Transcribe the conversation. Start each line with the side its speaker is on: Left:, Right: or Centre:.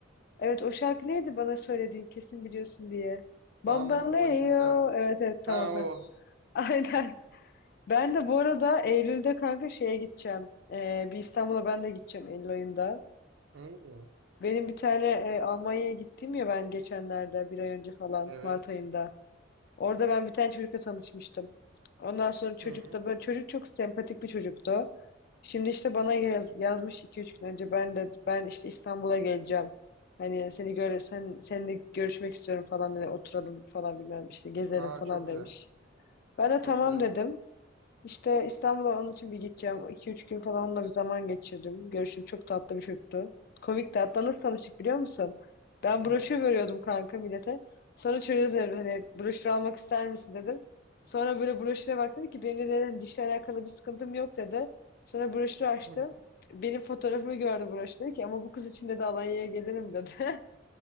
Left: Evet o şarkı neydi bana söylediğin kesin biliyorsun diye. Bambaleo.
Right: Bambolla.
Left: Evet evet tamam.
Right: Ha o.
Left: <laughs> Aynen. Ben de bu arada Eylül'de kanka şeye gideceğim. Ee, bir İstanbul'a ben de gideceğim Eylül ayında.
Right: Hı.
Left: Benim bir tane e, Almanya'ya gittim ya ben geçenlerde bir ay önce falan
Right: Evet.
Left: Mart ayında. Orada ben bir tane çocukla tanışmıştım. Ondan sonra çocuk
Right: Hı.
Left: da böyle çocuk çok sempatik bir çocuktu. Şimdi işte bana yaz- yazmış iki üç gün önce ben de ben işte İstanbul'a geleceğim. Hani seni gör sen seninle görüşmek istiyorum falan hani oturalım falan bilmem işte gezelim
Right: Aa
Left: falan
Right: çok
Left: demiş.
Right: güzel.
Left: Ben de
Right: Çok
Left: tamam
Right: güzel.
Left: dedim. İşte İstanbul'a onun için bir gideceğim. iki üç gün falan onunla bir zaman geçirdim. Görüşüm çok tatlı bir çocuktu. Komik de hatta nasıl tanıştık biliyor musun? Ben
Right: Hı.
Left: broşür veriyordum kanka millete. Sonra çocuğa dedim hani broşür almak ister misin dedim. Sonra böyle broşüre baktı dedi ki benim de dedim, dişle alakalı bir sıkıntım yok dedi. Sonra broşürü açtı.
Right: Hı.
Left: Benim fotoğrafımı gördü broşür dedi ki ama bu kız için de Alanya'ya gelirim dedi. <laughs>